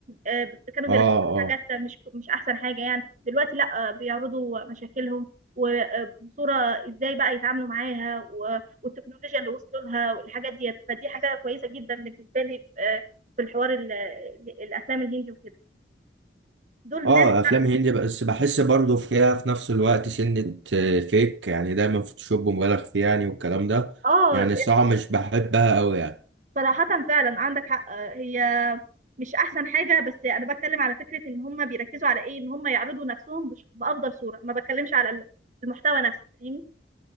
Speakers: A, on the right; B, on the right.
A: آه، كانوا
B: اه
A: بيركزوا في حاجات
B: اه
A: مش مش احسن حاجة يعني دلوقتي لا آه، بيعرضوا مشاكلهم وبصورة ازاي بقى يتعاملوا معاها و- والتكنولوجيا اللي وصلوا لها والحاجات ديت فدي حاجة كويسة جدا بالنسبة لي آه، في الحوار ال- ال- الافلام الهندي وكده دول
B: اه
A: ناس بتعرف
B: افلام هندي بس بحس برضه فيها في نفس الوقت سنة آه، فيك يعني دايما فوتوشوب مبالغ فيه يعني والكلام ده
A: اه
B: يعني الصراحة مش بحبها قوي يعني
A: صراحة فعلا عندك حق آه، هي مش احسن حاجه بس انا بتكلم على فكره ان هم بيركزوا على ايه ان هم يعرضوا نفسهم بش- بافضل صوره ما بتكلمش على ال- المحتوى نفسه فاهمني